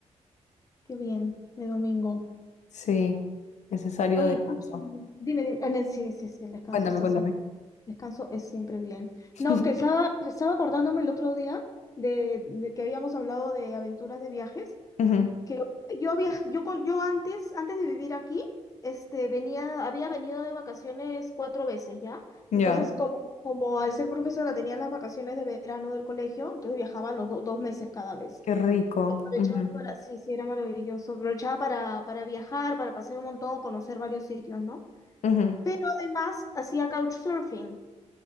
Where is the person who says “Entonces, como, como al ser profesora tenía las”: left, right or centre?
Left